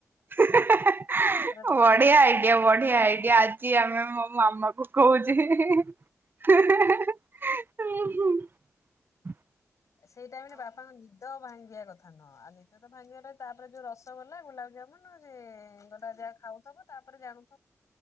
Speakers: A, on the right; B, on the left.
A: ବଢ଼ିଆ
B: ବେଟର ଜିନିଷ
A: ଆଇଡ଼ିଆ
B: ହବ।
A: ବଢ଼ିଆ ଆଇଡ଼ିଆ ଆଜି ଆମେ ମୋ ମାମା କୋହୁଚି ଉଁ ହୁଁ
B: ସେଇ ଟାଇମରେ ବାପାଙ୍କ ନିଦ ଭାଂ ଇଆ କଥା ନୁହଁ‌। ଆଉ ନିଦ ତ ଭାଙ୍ଗିଗଲେ ତାପରେ ଯୋଉ ରସଗୋଲା ଗୁଲାପଜାମୁନ ସେ ହେଙ୍ଗଟା ଯାହା ଖାଉଥବ ତାପରେ ଜାଣୁ